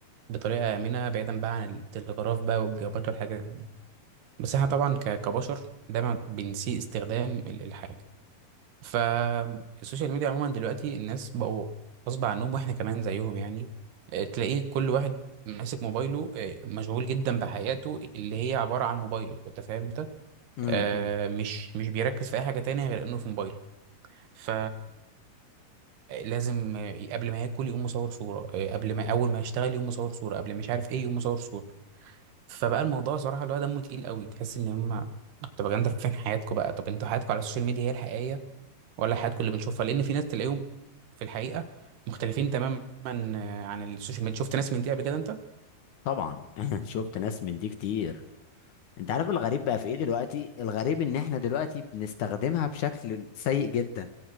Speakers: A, on the right (about 85°); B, on the left (about 60°).
A: بطريقه امنه بعيدا بقى عن التلغراف بقى والجوابات والحاجات دي بس احنا طبعا ك- كبشر دايما بنسيء استخدام ال- الحاجه فالسوشيال ميديا عموما دلوقتي الناس بقوا غصب عنهم واحنا كمان زيهم يعني آه، تلاقيه كل واحد ماسك موبايله آه، مشغول جدا بحياته اللي هي عباره عن موبايله انت فاهم انت
B: امم
A: آه،
B: أمم.
A: مش مش بيركز في اي حاجه تانية غير انه في موبايله ف لازم قبل ما ياكل يقوم مصور صورة آه، قبل ما أول ما يشتغل يقوم مصور صورة قبل مش عارف إيه يقوم مصور صورة فبقى الموضوع صراحة اللي هو دمه تقيل قوي تحس إن هما طب يا جدعان، طب فين حياتكم بقى طب انتوا حياتكم على السوشيال ميديا هي الحقيقية ولا حياتكم اللي بنشوفها لأن في ناس تلاقيهم في الحقيقة مختلفين تماما عن السوشيال ميديا شفت ناس من دي قبل كده أنت؟
B: طبعا <laughs> شفت ناس من دي كتير انت عارف الغريب بقى في ايه دلوقتي الغريب ان احنا دلوقتي بنستخدمها بشكل سيء جدا